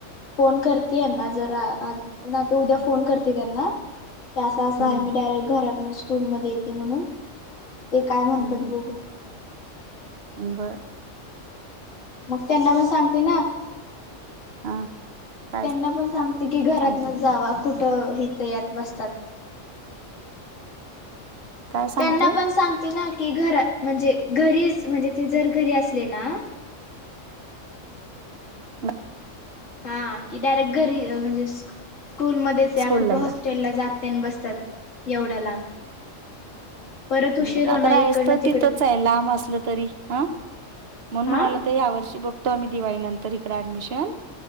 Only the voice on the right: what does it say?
हम्म
हम्म
बर,
<unintelligible> काय
सांगते
काय सांगते
<unintelligible>
स्कूल
ला
बर,
आता राहाच
तर
तिथंच आहे लांब असलं तरी हं म्हण म्हणाल,
तर या वर्षी बघतो आम्ही दिवाळी नंतर इकड ऍडमिशन.